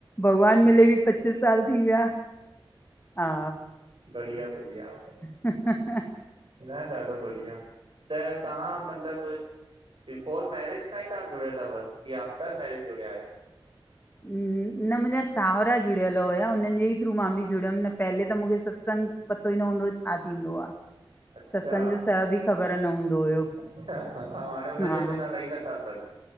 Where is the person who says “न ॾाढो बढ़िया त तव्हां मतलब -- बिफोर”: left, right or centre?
Right